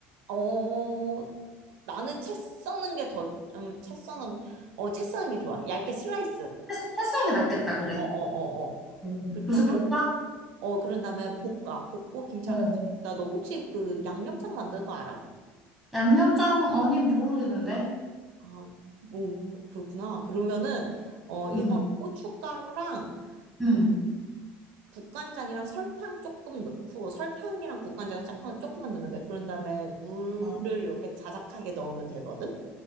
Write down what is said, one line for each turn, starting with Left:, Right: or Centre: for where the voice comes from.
Right: 어, 나는 채 써는 게 더, 음, 채 써는, 어, 채 써는 게 좋아. 얇게 슬라이스.
Centre: 채, 채 썰는 게 낫겠다, 그래.
Right: 어, 어, 어, 어.
Centre: 음,
Right: 그렇게
Centre: 그래서
Right: 하고,
Centre: 볶아?
Right: 어, 그런 다음에 볶아. 볶고 김치랑
Centre: 어.
Right: 같이 볶다. 너 혹시 그 양념장 만드는 거 알아?
Centre: 양념장 아니 모르겠는데.
Right: 아, 뭐 그- 그렇구나. 그러면은 어 일단
Centre: 응.
Right: 고춧가루랑 그
Centre: 응.
Right: 국간장이랑 설탕 조금 넣고 설탕이랑 국간장 조금 조금만 넣으면 돼. 그런 다음에 물을
Centre: 어.
Right: 이렇게 자작하게 넣으면 되거든.